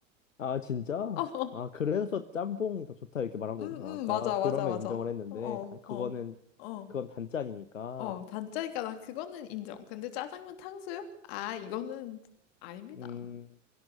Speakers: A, on the left; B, on the left.
A: 아, 진짜?
B: <laughs> 어, 어.
A: 아, 그래서 짬뽕이 더 좋다, 이렇게 말한 거구나.
B: 음,
A: 아까
B: 음, 맞아, 맞아,
A: 그러면
B: 맞아.
A: 인정을 했는데,
B: 어,
A: 아, 그거는,
B: 어, 어.
A: 그건 단짠이니까.
B: 어, 단짜니까 난 그거는 인정. 근데 짜장면 탕수육? 아, 이거는 아닙니다.
A: 음,